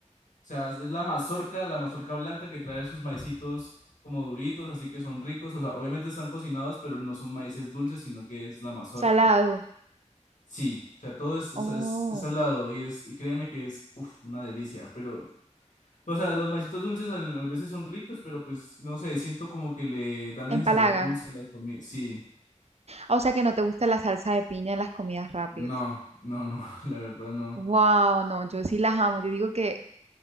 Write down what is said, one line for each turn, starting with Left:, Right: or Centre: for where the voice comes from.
Left: sea, es es la mazorca, la mazorca blanca que trae sus maicitos como duritos, así que son ricos, o sea, obviamente están cocinados, pero no son maíces dulces, sino que es la mazorca.
Right: Salado.
Left: Sí, o sea, todo es, es,
Right: Oh,
Left: es- es salado y es, y créeme que es, uf, una delicia, pero, o sea, los maicitos dulces a, a veces son ricos, pero pues, no sé, siento como que le dan
Right: empalagan.
Left: ese sabor dulce a la comida, sí,
Right: Ah, O sea que no te gusta la salsa de piña en las comidas rápidas.
Left: no, no, no, <laughs> la verdad no.
Right: Wow, no, yo sí las amo. Yo digo que